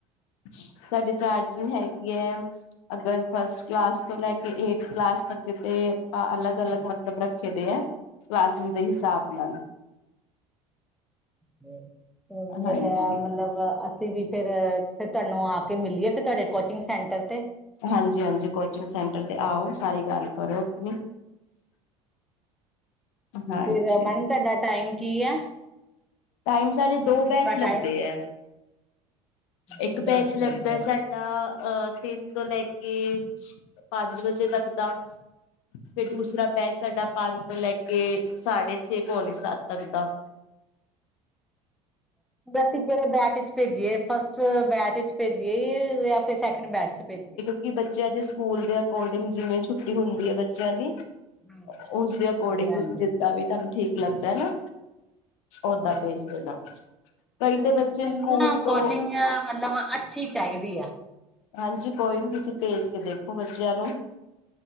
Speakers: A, on the left; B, in the centre.
A: ਸਾਡੇ ਚਾਰਜਿੰਗ ਹੈਗੀ ਹੈ। ਅਗਰ ਫਸਟ ਕਲਾਸ ਤੋਂ ਲੈ ਕੇ ਏਟਥ ਕਲਾਸ ਤੱਕ ਜਤੇ ਅਲੱਗ -ਅਲੱਗ ਮਤਲਬ ਮਤਲਬ ਰੱਖੇ ਦੇ ਹੈ ਕਲਾਸਿਸ
B: ਹਾਂਜੀ
A: ਦੇ ਹਿਸਾਬ
B: ਹਾਂਜੀ।
A: ਨਾਲ
B: ਤੇ
A: ਹਾਂਜੀ
B: ਇਹ ਮ ਮਲਬ ਅਸੀਂ ਵੀ ਫੇਰ ਤੁਹਾਨੂੰ ਆ ਕੇ ਮਿਲੀਏ ਫਿਰ ਤੁਹਾਡੇ ਕੋਚਿੰਗ ਸੈਂਟਰ ਤੇ
A: ਹਾਂਜੀ- ਹਾਂਜੀ ਕੋਚਿੰਗ ਸੈਂਟਰ ਤੇ ਆਓ ਸਾਰੀ ਗੱਲ ਕਰੋ ਆਪਣੀ ਹਾਂਜੀ
B: ਫਿਰ ਮਨ ਤੁਡਾ ਟਾਈਮ ਕੀ ਆ?
A: ਟਾਈਮ ਸਾਡੇ ਦੋ ਬੈਚ ਲੱਗਦੇ
B: ਟਾਈਮ
A: ਹੈ ਇੱਕ
B: ਦੋ
A: ਬੈਚ ਲੱਗਦਾ
B: ਲੱਗਦੇ ਆ।
A: ਸਾ ਤਾਂ ਅਹ ਤਿੰਨ ਤੋਂ ਲੈ ਕੇ ਪੰਜ ਵਜੇ ਤੱਕ ਦਾ। ਫਿਰ ਦੂਸਰਾ ਬੈਚ ਸਾਡਾ ਪੰਜ ਤੋਂ ਲੈ ਕੇ ਸਾਢੇ ਛੇ ਪੌਣੇ ਸੱਤ ਤੱਕ ਦਾ।
B: ਅਸੀਂ ਕਿਹੜੇ ਬੈਚ 'ਚ ਭੇਜੀਏ ਫਸਟ ਬੈਚ'ਚ ਭੇਜੀਏ। ਆਪ ਸੈਕਡ ਬੈਚ 'ਚ ਭੇਜਏ।
A: ਕਿ ਬੱਚਿਆਂ ਦੇ ਸਕੂਲ ਦੇ ਅਕੋਰਡਿੰਗ ਜਿਵੇ ਛੁੱਟੀ ਹੁੰਦੀ ਹੈ ਬੱਚਿਆਂ ਦੀ
B: ਹਾਂ।
A: ਉਸਦੇ
B: ਹਾਂਜੀ
A: ਅਕੋਰਡਿੰਗ
B: ਹਾਂਜੀ।
A: ਤੁਸੀ ਜਿਦਾਂ ਵੀ ਤੁਹਾਨੂੰ ਠੀਕ ਲਗਦਾ ਨਾ। ਉਦਾ
B: ਹਮ।
A: ਭੇਜ ਦੇਣਾ ਕਈ
B: ਸਾਡੇ
A: ਤਾਂ ਬੱਚੇ ਸਕੂਲ
B: ਨੂੰ ਨਾ
A: ਤੋਂ
B: ਕੋਚਿੰਗ ਮਤਲਬ ਅੱਛੀ ਚਾਹੀਦੀ ਆ।
A: ਹਾਂਜੀ ਕੋਈ ਨੀ ਤੁਸੀ ਭੇਜ ਕੇ ਦੇਖੋ ਬੱਚਿਆਂ ਨੂੰ